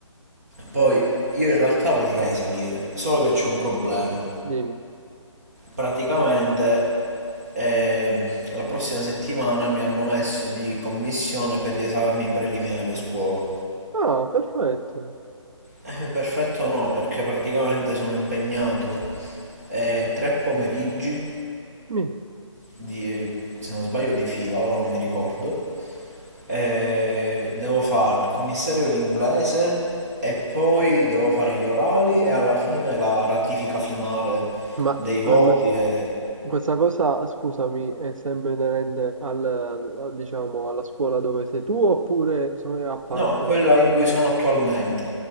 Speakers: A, on the right; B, on the right.
A: poi io in realtà vorrei salire, solo che c'è un problema.
B: Dimmi.
A: Praticamente ehm, la prossima settimana mi hanno messo di commissione per gli esami preliminari a scuola.
B: Ah, perfetto.
A: Eh, perfetto no, perché praticamente sono impegnato eh, tre pomeriggi
B: Mi.
A: di, se non sbaglio di fila, ora non mi ricordo. Eh, devo fare il commissario d'inglese e poi devo fare gli orali e alla fine la ratifica finale
B: Ma
A: dei voti
B: alme-
A: e...
B: questa cosa, scusami, è sempre inerente al, al- diciamo, alla scuola dove sei tu oppure so- è a parte?
A: No, quella in cui sono attualmente.